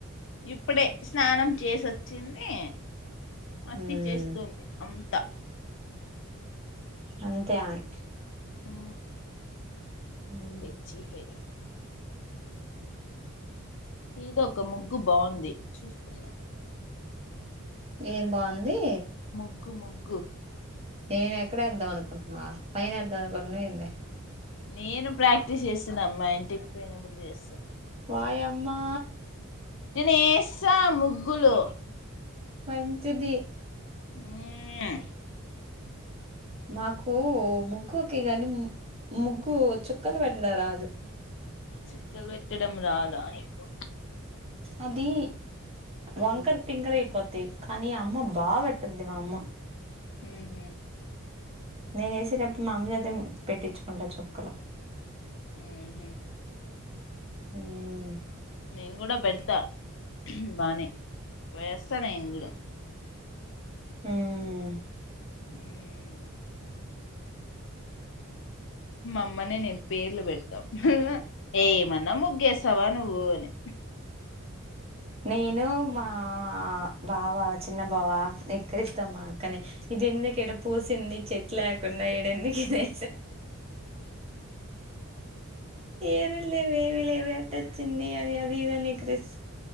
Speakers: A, on the left; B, on the right.
A: ఇప్పుడే స్నానం చేసోచ్చింది అతి
B: మ్మ్
A: చేస్తుంది అంతా
B: అంతే ఆమె
A: హూ
B: ఉమ్
A: ఏ చీపైన ఏదో ఒక ముగ్గు బాగుంది చూస్తున్నా
B: ఏం బాగుంది
A: ముగ్ గ్గు ముగ్గు
B: ఏమ్ ఎక్కడేద్దాం అనుకుంటున్నావ్ పైన వద్దాం అ కొన్న ఏంది
A: నేను ప్రాక్టీస్ చేస్తున్న అమ్మాయ్ ఇంటికి పోయినప్పుడు చేస్తా
B: వయమ్మా
A: నేను వేస్తా ముగ్గులు
B: మంచిది
A: ఉమ్
B: మాకు ముగ్గు ఒకే గాని ముగ్గు చుక్కలు పెట్టడం రాదు
A: చుక్కలు పెట్టడం రాదా నీకు
B: అది వంకర్
A: ఉహు
B: తింకర ఐపోత్ కానీ అమ్మా బా వెట్టద్ది మా అమ్మా
A: ఉహూమ్
B: నేనే వేసటప్పుడు మా అమ్మ చేత పెట్టించుకుంటా చుక్కల
A: ఉహు
B: ఉమ్
A: నేను కూడా పెడతా బానే వేస్తా నేను కూడా
B: ఉమ్
A: ఉమ్ మా అమ్మనే నేను పేర్లు పెడతాం ఏమన్నా ముగ్గేస్తావా నువ్వు అని
B: నేను మా బావ చిన్న బావ ఎక్కరిస్తము మా అక్కని ఇదేందుకీడ పూసింది చెట్ లేకుండా ఏడైన్ అందుకనే ఏమి లేవు ఏవి లేవి ఎట్టొచ్చింది అని అది ఇదని ఎక్కిరిస్